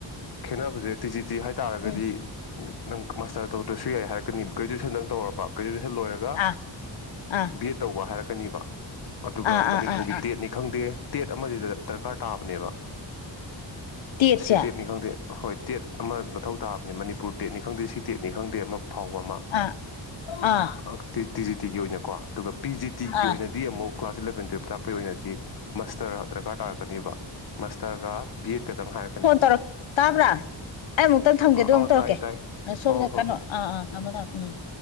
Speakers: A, on the left; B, on the left.
A: ꯈꯦꯠꯅꯕꯁꯦ ꯇꯤꯖꯤ ꯇꯤ ꯍꯥꯏ ꯇꯥꯔꯒꯗꯤ
B: ꯎꯝ
A: ꯅꯪ ꯃꯥꯁꯇꯔ ꯇꯧꯗ꯭ꯔꯁꯨ ꯌꯥꯏ ꯍꯥꯏꯔꯛꯀꯅꯤ ꯒ꯭ꯔꯦꯖꯨꯑꯦꯁꯟꯗꯪ ꯇꯧꯔꯕ ꯒ꯭ꯔꯦꯖꯨꯋ ꯂꯣꯏꯔꯒ
B: ꯑꯥ ꯑꯥ
A: ꯕꯤ ꯑꯦꯗ ꯇꯧꯕ ꯍꯥꯏꯔ ꯀꯅꯦꯕ ꯑꯗꯨꯒ
B: ꯑꯥ
A: ꯃꯅꯤꯄꯨꯔꯒꯤ
B: ꯑꯥ ꯑꯥ ꯑꯥ
A: ꯇꯦꯠꯅꯤ ꯈꯪꯗꯦ ꯇꯦꯠ ꯑꯃꯗꯤꯗ ꯗꯔꯀꯥꯔ ꯇꯥꯕꯅꯦꯕ
B: ꯇꯦꯠ
A: ꯁꯤ
B: ꯁꯦ
A: ꯇꯦꯠꯅꯤ ꯈꯪꯗꯦ ꯍꯣꯏ ꯇꯦꯠ ꯑꯃ ꯃꯊꯧ ꯇꯥꯕꯅꯦ ꯃꯅꯤꯄꯨꯔ ꯇꯦꯠꯅꯤ ꯈꯪꯗꯦ ꯁꯤ ꯇꯦꯠꯅꯤ ꯈꯪꯗꯦ ꯑꯃ ꯐꯥꯎꯕ ꯑꯃ
B: ꯑꯥ ꯑꯥ
A: ꯑ ꯇꯤ ꯖꯤ ꯇꯤ ꯖꯤꯒꯤ ꯑꯣꯏꯅꯀꯣ ꯑꯗꯨꯒ ꯄꯤ ꯖꯤ ꯇꯤꯒꯤ
B: ꯑꯥ
A: ꯑꯣꯏꯅꯗꯤ ꯑꯃꯨꯛ ꯀ꯭ꯂꯥꯁ ꯏꯂꯚꯦꯟ ꯇꯨꯌꯦꯞ ꯇꯥꯛꯄꯒꯤ ꯑꯣꯏꯅꯗꯤ ꯃꯁꯇꯔ ꯗꯔꯀꯥꯔ ꯇꯥꯔꯛꯀꯅꯦꯕ ꯃꯥꯁꯇꯔꯒ ꯕꯤ ꯑꯦꯗ ꯀꯗꯪ ꯍꯥꯏꯔꯛꯀꯅꯤ
B: ꯑ ꯇꯥꯕ꯭ꯔꯥ ꯑꯩ ꯑꯃꯨꯛꯇꯪ ꯊꯝꯒꯦ ꯑꯗꯨ ꯑꯃꯨꯛ
A: ꯑꯥꯎ
B: ꯇꯧꯔꯛꯀꯦ
A: ꯇꯥꯏ ꯇꯥꯏ
B: ꯑ ꯁꯣꯝꯗ
A: ꯍꯣꯏ ꯍꯣꯏ
B: ꯀꯩꯅꯣ
A: ꯍꯣꯏ
B: ꯑꯥ ꯑꯥ ꯊꯝꯃꯣ ꯊꯝꯃꯣ ꯎꯝ <inaudible>